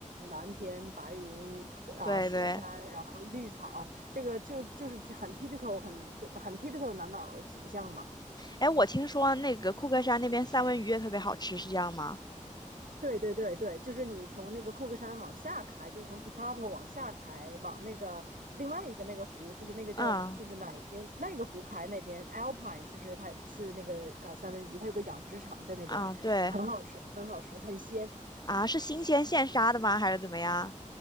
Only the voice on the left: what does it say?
对对，
哎，我听说那个库克山那边三文鱼也特别好吃，是这样吗？
嗯
嗯，对
啊，是新鲜现杀的吗？还是怎么样？